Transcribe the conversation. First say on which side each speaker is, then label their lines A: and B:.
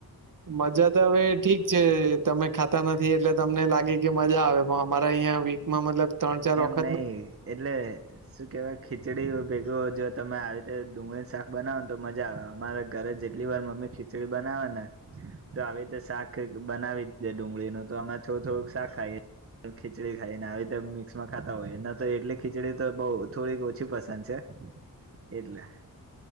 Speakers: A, on the right; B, on the right.
A: મજા તો હવે ઠીક કે તમે ખાતા નથી એટલે તમને લાગે કે મજા આવે પણ અમારા અયા બી માં મતલબ ત્રણ ચાર વખ
B: નઈ એટલે શું કેવાય ખીચડી ભેગું જો તમે આવી રીતે ડુંગળીનું શાક બનાવો ને તો મજા આવે અમારે ઘરે જેટલી વાર મમ્મી ખીચડી બનાવે ને તો આવી તો શાક બનાવી દે ડુંગળીનું તો આમાં થોડું થોડુંક શાક ખાઈ ખીચડી ખાઈ ને આવી મિક્સમાં ખાતા હોય ન તો એટલી ખીચડી તો બહું થોડીક ઓછી પસંદ છે. એટલે